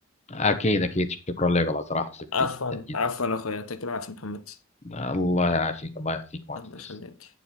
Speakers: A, on the left; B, on the left.
A: اكيد اكيد شكرا لك والله صراحه سبتي
B: عفوا
A: جدا جدا
B: عفوا أخوي يعطيك العافية محمد
A: الله يعافيك الله يعافيك معتز
B: الله يخليك